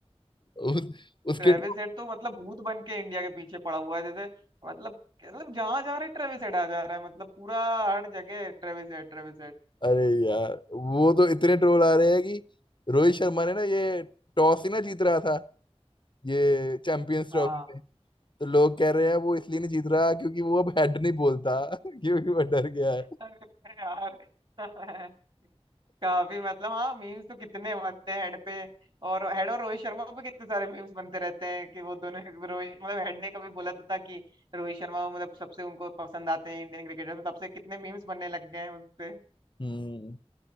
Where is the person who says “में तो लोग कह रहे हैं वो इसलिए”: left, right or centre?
Left